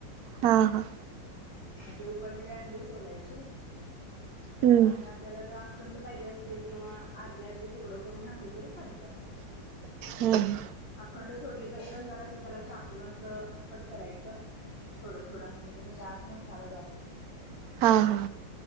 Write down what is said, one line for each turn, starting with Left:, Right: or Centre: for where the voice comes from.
Right: हा हा.
Left: मग ते उकडलेली अंडी सोलायची
Right: हम्म
Left: आणि आपल्याला जर अखंड पाहिजे असतील किंवा अर्धे अर्धे तुकडं करून घातले तरी चालत्यात.
Right: हम्म.
Left: अखंड सोडले तरी पण जरा असं त्याला चाकून असं कट करायचं थोडं थोडं असं म्हणजे त्याचा आत मसाला जातय.
Right: हा हा.